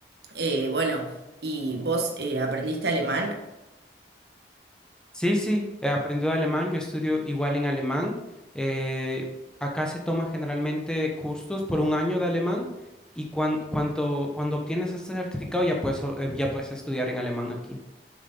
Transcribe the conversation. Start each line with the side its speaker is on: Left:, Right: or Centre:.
Right: Eh, bueno, y vos eh, aprendiste alemán.
Centre: Sí, sí, eh, aprendí alemán, yo estudio igual en alemán. eh, acá se toma generalmente cursos por un año de alemán y cuan- cuanto, cuando obtienes este certificado ya puedes, o- eh, ya puedes estudiar en alemán aquí.